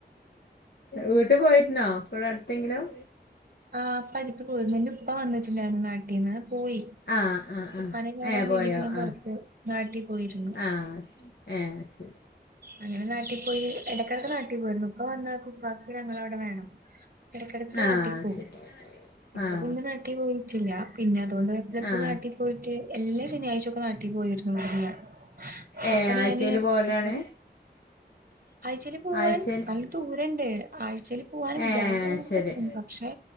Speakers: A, on the left; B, on the right.
A: വീട്ട് പോയിരുന്നോ ഇവട അടുത്തെങ്കിലും
B: ആഹ് പഠപ്പ പോയിരുന്നു ഇന്റെ ഇപ്പ വന്നിട്ടുണ്ടായിരുന്നു നാട്ടീന്ന് പോയി
A: ആഹ് ആഹ് ആഹ്
B: ഉപ്പാനെ കാണാൻ
A: ഏഹ് പോയോ
B: വേണ്ടിട്ട് ഞാൻ
A: ആഹ്
B: പൊറത്ത് നാട്ടി പോയിരുന്നു
A: ആഹ് ഏഹ് ശരി
B: അങ്ങനെ നാട്ടി പോയി എടയ്ക്കടയ്ക്ക് നാട്ടി പോയിരുന്നു ഇപ്പൊ <unintelligible> ഉപ്പാക്ക് ഞങ്ങളവടെ വേണം എടക്കെടക്ക്
A: ആഹ്
B: നാട്ടിപ്പോവും
A: ശരി
B: ഇപ്പൊ
A: ആഹ്
B: പിന്നെ നാട്ടി പോയിട്ടില്ല പിന്നെ അതോണ്ട് <unintelligible>
A: ആഹ്
B: പോയിട്ട് എല്ലാ ശനിയാഴ്ച്ചോക്കെ നാട്ടി പോയിരുന്നു <inaudible>
A: ഏഹ്
B: അപ്പ
A: ആഴ്ചേല്
B: ഞാന്
A: പോവലാണ്
B: ഇപ്പൊ ആഴ്ച്ചേല് പോവാൻ
A: ആഴ്ചേല്
B: നല്ല ദൂരണ്ട് ആഴ്ച്ചേല് പോവാനും വിചാരിച്ചാ
A: ഏഹ്
B: നമുക്ക്
A: ശരി
B: പറ്റും പക്ഷെ